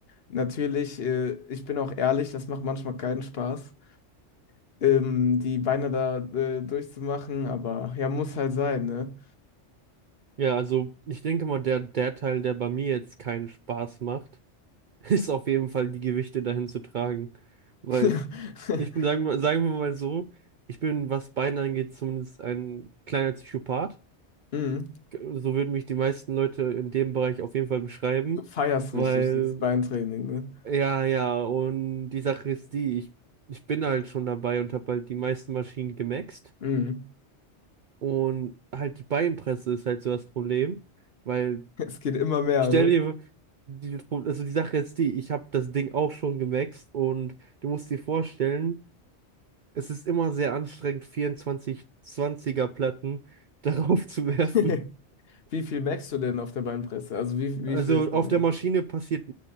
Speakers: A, on the left; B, on the right.
A: Natürlich, äh, ich bin auch ehrlich, das macht manchmal keinen Spaß, ähm, die Beine da äh, durchzumachen, aber ja, muss halt sein, ne?
B: Ja, also ich denke mal, der, der Teil, der bei mir jetzt keinen Spaß macht, <laughs> ist auf jeden Fall die Gewichte dahin zu tragen. Weil
A: <laughs>
B: Ich bin, sagen wir, sagen wir mal so, ich bin, was Beine angeht, zumindest ein kleiner Psychopath.
A: Mhm.
B: So würden mich die meisten Leute in dem Bereich auf jeden Fall beschreiben,
A: Du feierst
B: weil,
A: richtig dieses Beintraining, ne?
B: ja, ja, und die Sache ist die, ich, ich bin halt schon dabei und habe halt die meisten Maschinen gemaxt
A: Mhm.
B: und halt die Beinpresse ist halt so das Problem, weil,
A: Es geht immer mehr,
B: ich stell
A: ne?
B: dir, die, also die Sache ist die, ich habe das Ding auch schon gemaxt und du musst dir vorstellen, Es ist immer sehr anstrengend, 24-20er Platten <laughs> darauf zu werfen.
A: <laughs> Wie viel merkst du denn auf der Beinpresse? Also wie, wie
B: Also
A: viel ist der
B: auf
A: Max?
B: der Maschine passiert